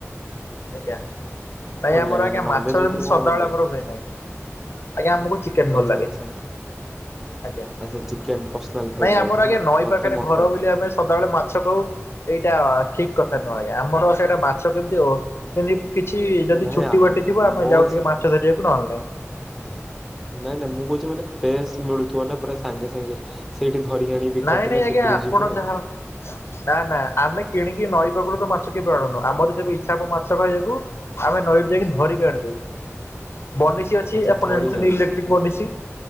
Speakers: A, on the left; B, in the centre.
A: ଆଜ୍ଞା ନାଇଁ ଆମର
B: ଲାଗେ ମାନେ
A: ଆଜ୍ଞା
B: ନନଭେଜ
A: ମାଛ <unintelligible>
B: ଭିତରୁ
A: ସଦାବେଳେ
B: କଣ ଭଲ ଲାଗେ?
A: ଆମର ହୁଏ ନାହିଁ। ଆଜ୍ଞା ଆମକୁ ଚିକେନ
B: ଆଚ୍ଛା
A: ଭଲ ଲାଗେ।
B: ଆଚ୍ଛା
A: ଆଜ୍ଞା
B: ଆଚ୍ଛା ଚିକେନ ପର୍ସନାଲ ଫେବରାଇଟ୍
A: ନାଇଁ ଆମର
B: ନୁହଁ
A: ଆଜ୍ଞା ନଈ
B: ମତେ
A: ପାଖରେ
B: ମଟନ।
A: ଘର ବୋଲି ଆମେ ସଦାବେଳେ ମାଛ ଖାଉ ଏଇଟା ଠିକ କଥା ନୁହଁ ଆଜ୍ଞା ଆମର ସେଇଟା ମାଛ କେମିତି ଓ ଏମିତି କିଛି ଯଦି
B: ନାଇଁ
A: ଛୁଟି
B: ଆ
A: ବାଟି ଥିବ ଆମେ
B: ମୋ
A: ଯାଉ ଟିକେ ମାଛ ଧରିବାକୁ ନହେଲେ ନାହିଁ।
B: ନାଇଁ ନାଇଁ ମୁଁ କହୁଛି ମାନେ ଫ୍ରେଶ ମିଳୁଥିବ ନା ପୁରା ସାଙ୍ଗେ ସାଙ୍ଗେ। ସେଇଠି ଧରିକି ଆଣିକି ବିକନ୍ତି
A: ନାଇଁ ନାଇଁ
B: ନା
A: ଆଜ୍ଞା
B: ସେ ବ୍ରିଜ୍
A: ଆପଣ
B: ଉପରେ।
A: ଯାହା ନା ନା ଆମେ କିଣିକି ନଈ ପାଖରୁ ତ ମାଛ କେବେ ଆଣୁନୁ ଆମର ଯେବେ ଇଚ୍ଛା ହବ ମାଛ ଖାଇବାକୁ ଆମେ ନଈରୁ ଯାଇକି ଧରିକି ଆଣିଦଉ ବନିସ୍ ଅଛି
B: ଆଚ୍ଛା
A: ଆପଣ
B: ଧରିକି
A: ଜାଣିଛନ୍ତି
B: ଆଣୁଛନ୍ତି
A: ଇଲେଟ୍ରିକ
B: ତ।
A: ବନିଶି